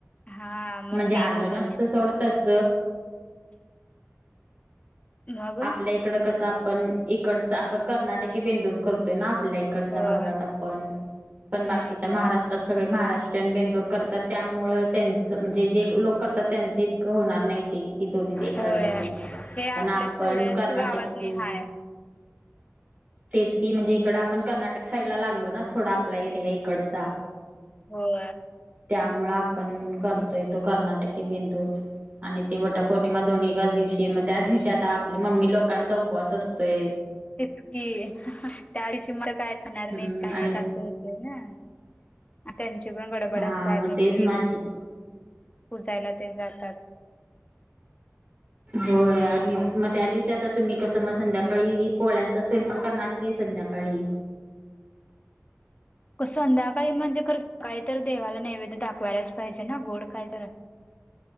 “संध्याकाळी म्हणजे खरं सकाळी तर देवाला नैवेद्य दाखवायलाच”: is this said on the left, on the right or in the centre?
Left